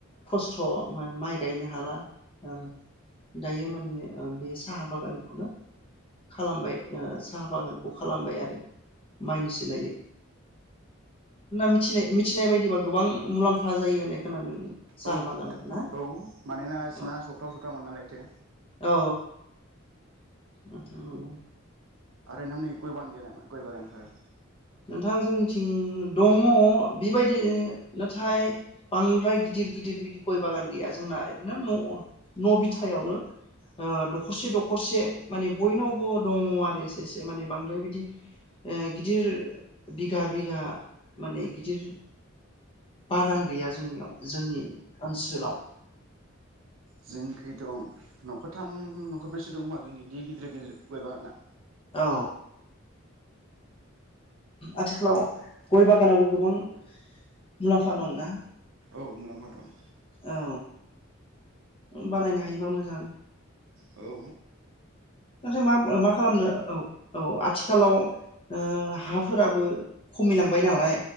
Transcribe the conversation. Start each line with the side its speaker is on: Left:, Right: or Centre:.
Left: खस्थ' माइ गायनो हाला औ दायो माने ओ बे साहा बागानखौनो खालामबाय ओ साहा बागानखौ खालामबाय आरो माइनि सोलायै मिथिनाय मिथिनाय बायदिबा गोबां मुलाम्फा जायो होननाय खोनादों साहा
Right: औ
Left: बागानाव
Right: सफता
Left: ना
Right: औ मानोना बिसिना
Left: औ
Right: सब्थायाव सब्था मोनो नालायथो
Left: औ <unintelligible>
Right: आरो नोंथांमोननिखै गयबागान गैया नामा गय बागानफोर
Left: नोंथाङा जोंनिथिं दङ बेबायदि नाथाय बांद्राय गिदिर गिदिर बिदि गय बागान गैया जोंना ओरैनो न' न' बिथायावनो दखरसे दखरसे माने बयनावबो दङ आरो एसे एसे माने बांद्राय बिदि गिदिर बिघा बिघा माने गिदिर बागान गैया जोंनियाव जोंनि ओनसोलाव
Right: जोंखै दं न'खरथाम न'खरब्रैसो दंखोमा जोंखै इदि गिदिर गिदिर गिदिर गय बागाना
Left: औ आथिखालाव गय बागानावबो गोबां मुलाम्फा दंना
Right: औ मुलाम्फा दं
Left: औ बानायनो हायोबा मोजां
Right: औ
Left: नाथाय मा खालामनो औ औ औ आथिखालाव ओ हाफोराबो खमिलांबाय नालाय